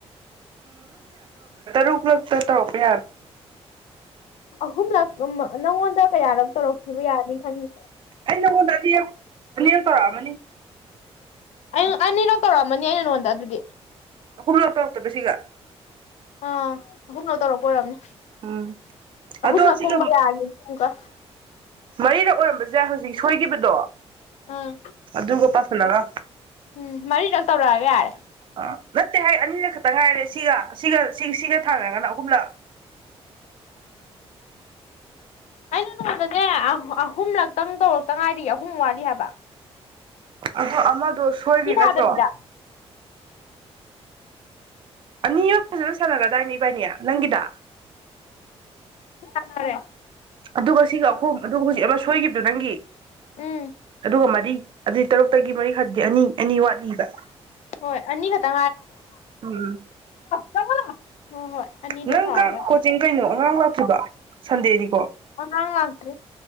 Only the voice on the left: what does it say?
ꯑꯍꯨꯝꯂꯛ ꯅꯪꯉꯣꯟꯗ ꯀꯌꯥꯔꯣꯛ ꯇꯧꯔꯛꯈꯤꯕ ꯌꯥꯅꯤ ꯈꯜꯂꯤ
ꯑꯩ ꯑꯅꯤꯔ ꯇꯧꯔꯛꯑꯃꯅꯤ ꯑꯩꯅ ꯅꯉꯣꯟꯗ ꯑꯗꯨꯗꯤ
ꯑꯥ ꯨꯝꯅꯧ ꯇꯧꯔꯣꯄꯔꯝꯅꯦ
ꯑꯍꯨꯝꯂꯛ
ꯀꯨꯝꯕ ꯌꯥꯒꯦ ꯑꯃꯀ
ꯑꯝ
ꯎꯝ ꯃꯔꯤ ꯇꯧꯔꯛꯑꯒ ꯌꯥꯔꯦ
ꯑꯩꯅ ꯅꯣꯡꯗꯅꯦ ꯑꯍꯨꯝꯂꯛꯇꯪ ꯇꯧꯔꯛꯇ ꯉꯥꯏꯔꯤ ꯑꯍꯨꯝ ꯋꯥꯠꯂꯤ ꯍꯥꯏꯕ
ꯁꯤ ꯊꯥꯗꯕꯤꯗ
ꯔꯦ
ꯎꯝ
ꯍꯣꯏ ꯑꯅꯤ ꯈꯛꯇ
ꯆꯣꯂ ꯍ ꯍꯣꯏ ꯑꯅꯤꯗꯣ
ꯁꯥꯔꯒ
ꯑꯣꯪ ꯂꯥꯛꯇ꯭ꯔꯤ